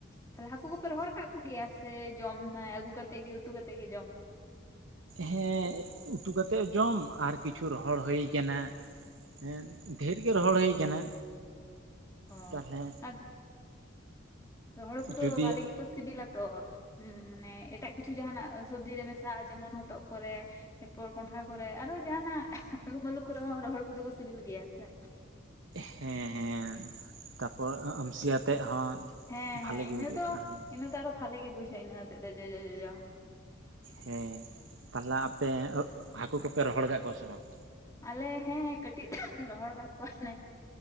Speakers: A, on the left (about 15°); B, on the right (about 70°).
A: ᱛᱟᱦᱞᱮ ᱦᱟᱹᱠᱩ ᱠᱚ ᱯᱮ ᱨᱚᱦᱚᱲ ᱠᱟᱜ ᱠᱚ ᱜᱮᱭᱟ ᱥᱮ ᱡᱚᱢ ᱟᱹᱜᱩ ᱠᱟᱛᱮ ᱜᱮ ᱩᱛᱩ ᱠᱟᱛᱮᱫ ᱜᱮ ᱡᱚᱢᱼᱼ
B: ᱦᱮᱸ ᱩᱛᱩ ᱠᱟᱛᱮᱫ ᱡᱚᱢ ᱟᱨ ᱠᱤᱪᱷᱩ ᱨᱚᱦᱚᱲ ᱦᱩᱭ ᱟᱠᱟᱱᱟ᱾ ᱦᱮᱸ ᱰᱷᱮᱨ ᱜᱮ ᱨᱚᱦᱚᱲ ᱦᱳᱭ ᱠᱟᱱᱟ᱾
A: ᱚ
B: ᱛᱟᱦᱚᱞᱮ
A: ᱟᱨ ᱨᱚᱦᱚᱲ ᱦᱟᱠᱚ ᱫᱚ
B: ᱡᱩᱫᱤ
A: ᱵᱷᱟᱞᱮ ᱜᱮᱠᱚ ᱥᱤᱵᱤᱞᱟ ᱛᱚ ᱦᱮᱸ ᱢᱟᱱᱮ ᱮᱴᱟᱜ ᱠᱤᱪᱷᱩ ᱡᱟᱦᱟᱸᱱᱟᱜ ᱥᱚᱵᱽᱡᱤ ᱨᱮ ᱢᱮᱥᱟ ᱡᱮᱢᱚᱱ ᱦᱚᱛᱚᱜ ᱠᱚᱨᱮ᱾ ᱮᱨᱯᱚᱨ ᱠᱚᱸᱱᱰᱷᱟ ᱠᱚᱨᱮ ᱟᱨᱚ ᱡᱟᱦᱟᱱᱟᱜ ᱟᱹᱞᱩ ᱢᱟᱹᱞᱩ ᱠᱚᱨᱮ ᱦᱚᱸ ᱨᱚᱦᱚᱲ ᱦᱟᱠᱩ ᱫᱚ ᱠᱚ ᱥᱤᱵᱤᱞ ᱜᱮᱭᱟ ᱥᱮ᱾
B: ᱦᱮᱸ ᱦᱮᱸ ᱛᱟᱯᱚᱨ ᱟᱢᱥᱤᱭᱟᱛ ᱛᱮᱫ ᱦᱚᱸ
A: ᱦᱮᱸ
B: ᱵᱷᱟᱞᱤ
A: ᱦᱮᱸ
B: ᱜᱮ
A: ᱤᱱᱟᱹ
B: ᱵᱩᱡᱩᱜ ᱵᱩᱡᱷᱟᱹᱜ
A: ᱫᱚ
B: ᱠᱟᱱᱟ ᱦᱮᱸ
A: ᱤᱱᱟᱹ ᱟᱨᱚ ᱵᱷᱟᱞᱤᱜᱮ ᱜᱮ ᱵᱩᱡᱷᱟᱹᱜ ᱤᱱᱟᱹ ᱟᱛᱮᱫ ᱫᱚ ᱡᱚᱡᱚ ᱡᱚᱡᱚ᱾
B: ᱦᱮᱸ ᱛᱟᱦᱚᱞᱮ ᱟᱯᱮ ᱦᱟᱹᱠᱩ ᱠᱚᱯᱮ ᱨᱚᱦᱚᱲ ᱠᱟᱫ ᱠᱚᱣᱟ ᱥᱮ ᱵᱟᱝ?
A: ᱟᱞᱮ ᱦᱮᱸ ᱠᱟᱹᱴᱤᱡ ᱛᱟᱞᱟᱝ ᱞᱮ ᱨᱚᱦᱚᱲ ᱠᱟᱜ ᱠᱚᱣᱟᱞᱮ᱾